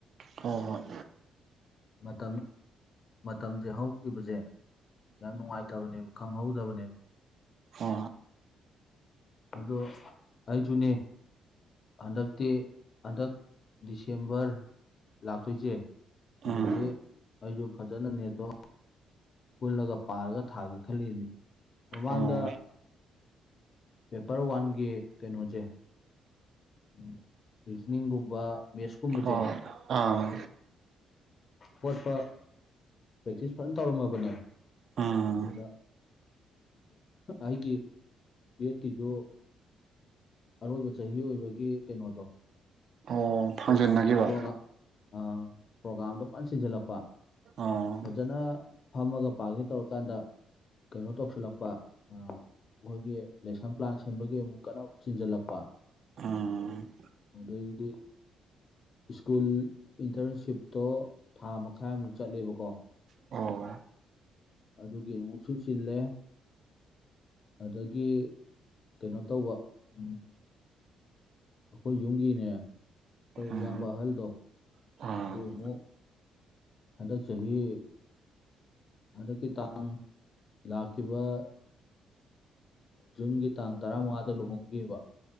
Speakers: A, on the right; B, on the left.
A: ꯍ ꯍꯣꯏ
B: ꯃꯇꯝ ꯃꯇꯝꯁꯦ ꯍꯧꯈꯤꯕꯁꯦ ꯌꯥꯝ ꯅꯨꯡꯉꯥꯏꯇꯕꯅꯦꯕ ꯈꯪꯍꯧꯗꯕꯅꯦꯕ
A: ꯍ
B: ꯑꯗꯣ ꯑꯩꯁꯨꯅꯦ ꯍꯟꯗꯛꯇꯤ ꯍꯟꯗꯛ ꯗꯤꯁꯦꯝꯕꯔ ꯂꯥꯛꯇꯣꯏꯁꯦ ꯁꯤꯗꯗꯤ
A: ꯎꯝ
B: ꯑꯩꯁꯨ ꯐꯖꯅ ꯅꯦꯠꯇꯣ ꯀꯜꯂꯒ ꯄꯥꯔꯒ ꯊꯥꯒꯦ ꯈꯜꯂꯤꯅꯤ ꯃꯃꯥꯡꯗ
A: ꯍꯣꯏ
B: ꯄꯦꯄꯔ ꯋꯥꯟꯒꯤ ꯀꯩꯅꯣꯁꯦ ꯎꯝ ꯔꯤꯖꯅꯤꯡꯒꯨꯝꯕ ꯃꯦꯠꯁꯀꯨꯝꯕꯁꯦ
A: ꯍꯣꯏ ꯑꯥ
B: ꯈꯣꯠꯄ ꯄ꯭ꯔꯦꯛꯇꯤꯁ ꯐꯖꯅ ꯇꯧꯔꯝꯃꯕꯅꯦ
A: ꯎꯝ
B: ꯍꯗ ꯍꯥꯏꯒꯤ ꯕꯠꯀꯤꯁꯨ ꯑꯔꯣꯏꯕ ꯆꯍꯤ ꯑꯣꯏꯕꯒꯤ ꯀꯩꯅꯣꯗꯣ
A: ꯑꯣ ꯐꯪꯖꯟꯅꯈꯤꯕ
B: ꯒꯥꯝꯣꯒꯥꯝ ꯑ ꯄ꯭ꯔꯣꯒꯥꯝꯗꯣ ꯐꯅ ꯁꯤꯟꯖꯜꯂꯛꯄ
A: ꯑꯣ
B: ꯐꯖꯅ ꯐꯝꯃꯒ ꯄꯥꯒꯦ ꯇꯧꯔꯀꯥꯟꯗ ꯀꯩꯅꯣ ꯇꯧꯁꯤꯜꯂꯛꯄ ꯑ ꯃꯈꯣꯏꯒꯤ ꯂꯦꯁꯟ ꯄ꯭ꯂꯥꯟ ꯁꯦꯝꯕꯒꯤ ꯑꯃꯨꯛ ꯀꯟꯅ ꯑꯃꯨꯛ ꯆꯤꯟꯁꯤꯜꯂꯛꯄ
A: ꯎꯝ
B: ꯑꯗꯒꯤꯗꯤ ꯁ꯭ꯀꯨꯜ ꯏꯟꯇꯔꯟꯁꯤꯞ ꯇꯣ ꯊꯥ ꯃꯈꯥꯏꯃꯨꯛ ꯆꯠꯂꯦꯕꯀꯣ
A: ꯑꯣ
B: ꯑꯗꯨꯒꯤ ꯑꯃꯨꯛꯁꯨ ꯆꯤꯜꯂꯦ ꯑꯗꯒꯤ ꯀꯩꯅꯣ ꯇꯧꯕ ꯎ ꯑꯩꯈꯣꯏ ꯌꯨꯝꯒꯤꯅꯦ ꯑꯩꯈꯣꯏ
A: ꯎꯝ
B: ꯏꯌꯥꯝꯕ ꯑꯍꯜꯗꯣ
A: ꯑꯥ
B: ꯑꯗꯨ ꯑꯃꯨꯛ ꯍꯟꯗꯛ ꯆꯍꯤ ꯍꯟꯗꯛꯀꯤ ꯇꯥꯡ ꯂꯥꯛꯈꯤꯕ ꯖꯨꯟꯒꯤ ꯇꯥꯡ ꯇꯔꯥꯃꯉꯥꯗ ꯂꯨꯍꯣꯡꯈꯤꯕ